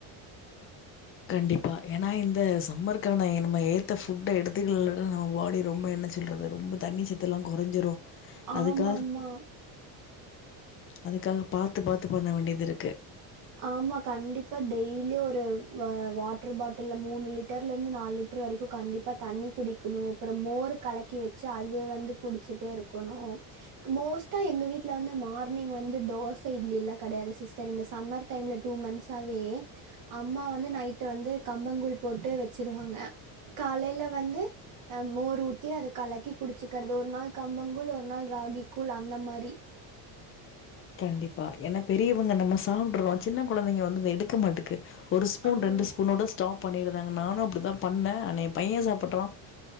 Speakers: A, on the left (about 30°); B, on the right (about 45°).
A: கண்டிப்பா ஏன்னா இந்த சம்மருக்கான என் நம்ம ஏத்த ஃபுட்ட எடுத்துக்கலேனா நம்ம பாடி ரொம்ப என்ன சொல்றது ரொம்ப தண்ணி சத்து எல்லாம் கொறஞ்சிரு
B: ஆமாமா
A: அதுக்காக
B: ஆமா
A: அதுக்காக பாத்து பாத்து பண்ண வேண்டியது இருக்கு
B: ஆமா கண்டிப்பா டெய்லியு ஒரு வ வாட்டர் பாட்டில்ல மூணு லிட்டர்ல இந்து நாலு லி ட்டர் வரிக்கும் கண்டிப்பா தண்ணி குடிக்கணும் அப்புறம் மோர் கலக்கி வெச்சு அது வந்து குடிச்சுட்டே இருக்கணு மோஸ்ட்டா எங்க வீட்ல வந்து மார்னிங் வந்து தோச இட்லில்லா கெடையாது சிஸ்டர் இந்த சம்மர் டைம்ல டூ மந்த்ஸாவே அம்மா வந்து நைட்டு வந்து கம்பங்கூழ் போட்டு வெச்சிருவாங்க காலையில வந்து மோர் ஊத்தி அதக் கலக்கி குடிச்சுக்கிறது ஒரு நாள் கம்பங்கூழ் ஒரு நாள் ராகி கூழ் அந்த மாரி
A: கண்டிப்பா ஏனா பெரியவங்க நம்ம சாப்றோம் சின்ன கொழந்தைங்க வந்து எடுக்க மாட்ட கு ஒரு ஸ்பூன்
B: ஆ
A: ரெண்டு ஸ்பூனோட ஸ்டாப் பண்ணிருந்தாங்க நானும் அப்படி தான் பண்ண ஆனா என் பையன் சாப்பிறான்